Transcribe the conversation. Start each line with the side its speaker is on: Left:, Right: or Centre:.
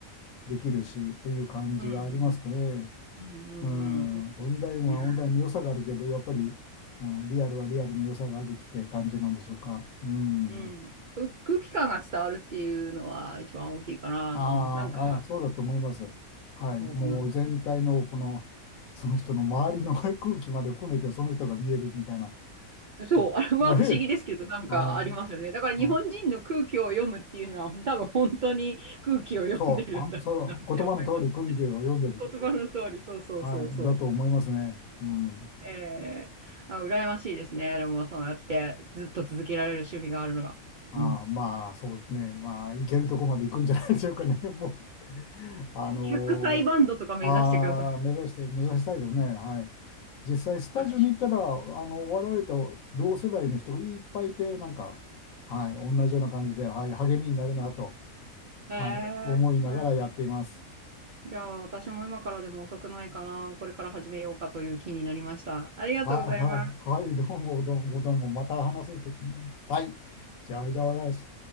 Left: できるし、という感じがありますかね。
Right: うんうんうん
Left: うん、
Right: うんうん。
Left: オンラインはオンラインの良さがあるけど、
Right: ね。
Left: やっぱり、うん、リアルはリアルの良さがあるって感じなんでしょうか。うん。
Right: うん。く空気感が伝わるっていうのは一番大きいかなと思います。
Left: あーあー、
Right: なんか、
Left: そうだと思います。はい。
Right: そうなんで
Left: もう全体のこの、その人の周りの <laughs> 空気まで含めてその人が見えるみたいな。<laughs>
Right: す。そう、
Left: とはい。
Right: <laughs> あれは不思議ですけど、なんかありますよね。
Left: はい
Right: だから日本人の空気を読むっていうのは、
Left: あ、
Right: 多分本当に空気を読んでるんだろうなって思います。
Left: そう、あ、そう、言葉の通り、訓義を読んでる。
Right: 言葉の通り、そうそうそうそ
Left: はい。だと思いますね。うん。
Right: う。えー、あ、羨ましいですね。でも、そうやってずっと続けられる趣味があるのが。
Left: あーまあ、
Right: うん。
Left: そうですね。まあ、行けるとこまで行くんじゃないでしょうかね。<laughs> もう、あの
Right: 100歳バンドとか目指してください。
Left: ああ、目指して、目指したいですね。はい。実際、スタジオに行ったら、
Right: 私も。
Left: あの、我々と同世代の人がいっぱいいて、なんか、はい、同じような感じで、はい、励みになるなと、
Right: あ、えー
Left: はい、思いながらやっています。
Right: じゃあ、私も今からでも遅くないかな。これから始めようかという気になりました。ありがとうございます。
Left: はい、はい、はい、どうも、どうも、どうも、また話せるときね。はい。じゃあ、以上です。